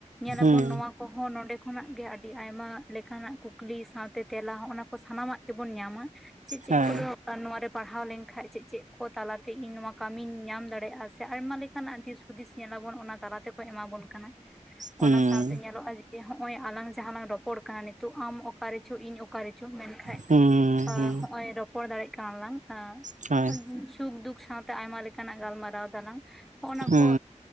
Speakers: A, in the centre; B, on the right.
A: ᱧᱮᱞᱟᱵᱚᱱ
B: ᱦᱩᱸ
A: ᱱᱚᱣᱟ ᱠᱚᱦᱚᱸ ᱱᱚᱰᱮ ᱠᱷᱚᱱᱟᱜ ᱜᱮ ᱟᱹᱰᱤ ᱟᱭᱢᱟ ᱞᱮᱠᱟᱱᱟᱜ ᱠᱩᱠᱞᱤ ᱥᱟᱶᱛᱮ ᱛᱮᱞᱟ ᱦᱚᱜᱚᱱᱟ ᱠᱚ ᱥᱟᱱᱟᱢᱟᱜ ᱜᱮᱵᱚᱱ ᱧᱟᱢᱟ᱾ ᱪᱮᱫ ᱪᱮᱫ
B: ᱦᱳᱭ
A: ᱠᱚᱫᱚ ᱱᱚᱣᱟᱨᱮ ᱯᱟᱲᱦᱟᱣ ᱞᱮᱱᱠᱟᱱᱡ ᱪᱮᱫ ᱪᱮᱫ ᱠᱚ ᱛᱟᱞᱟᱛᱮ ᱤᱧ ᱱᱚᱣᱟ ᱠᱟᱹᱢᱤᱧ ᱧᱟᱢ ᱫᱟᱲᱮᱭᱟᱜᱼᱟ ᱥᱮ ᱟᱭᱢᱟ ᱞᱮᱠ ᱞᱮᱠᱟᱱᱟᱜ ᱫᱤᱥ ᱦᱩᱫᱤᱥ ᱧᱮᱞᱟᱵᱚᱱ ᱚᱱᱟ ᱛᱟᱞᱟ ᱛᱮᱠᱚ ᱮᱢᱟᱵᱚᱱ ᱠᱟᱱᱟ᱾ ᱚᱱᱟ
B: ᱦᱩᱸ
A: ᱥᱟᱶᱛᱮ ᱧᱮᱞᱚᱜᱼᱟ ᱡᱮ ᱜᱮ ᱦᱚᱜᱚᱭ ᱟᱞᱟᱝ ᱡᱟᱦᱟᱸ ᱞᱟᱝ ᱨᱚᱯᱚᱲ ᱠᱟᱱᱟ ᱱᱤᱛᱚᱜ ᱟᱢ ᱚᱠᱟ ᱨᱮᱪᱚ ᱤᱧ ᱚᱠᱟ ᱨᱮᱪᱚ ᱢᱮᱱᱠᱷᱟᱱ
B: ᱦᱩᱸ
A: ᱟ
B: ᱦᱩᱸ
A: ᱦᱚᱜᱚᱭ ᱨᱚᱯᱚᱲ ᱫᱟᱲᱮᱜ ᱠᱟᱱᱟ ᱞᱟᱝ᱾ ᱮᱻ
B: ᱦᱳᱭ
A: ᱥᱩᱠ ᱫᱩᱠ ᱥᱟᱶᱛᱮ ᱟᱭᱢᱟ ᱞᱮᱠᱟᱱᱟᱜ ᱜᱟᱞᱢᱟᱨᱟᱣ ᱫᱟᱞᱟᱝ᱾ ᱦᱚᱜᱚᱱᱟ
B: ᱦᱩᱸ
A: ᱠᱚ